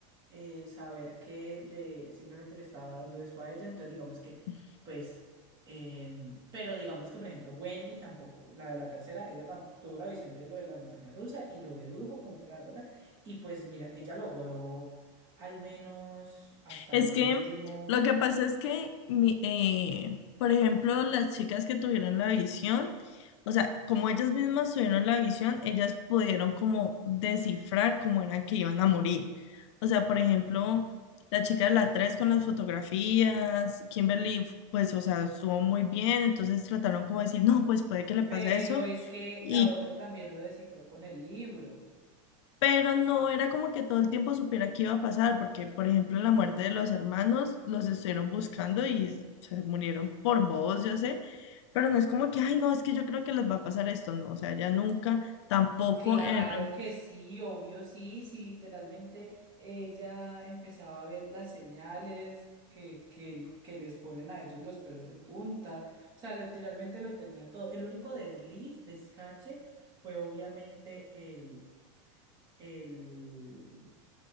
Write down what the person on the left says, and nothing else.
Ujú.
Es
que lo que pasa es que, mi- eh, por ejemplo, las chicas que tuvieron la visión, o sea, como ellas mismas tuvieron la visión, ellas pudieron como descifrar cómo eran que iban a morir. O sea, por ejemplo, la chica de la 3 con las fotografías, Kimberly, pues, o sea, estuvo muy bien, entonces trataron como de decir, no, pues puede que le pase
eso,
Y,
pero no era como que todo el tiempo supiera qué iba a pasar, porque, por ejemplo, en la muerte de los hermanos, los estuvieron buscando y se murieron por bobos, yo sé, pero no es como que, ay, no, es que yo creo que les va a pasar esto, no, o sea, ya nunca, tampoco
en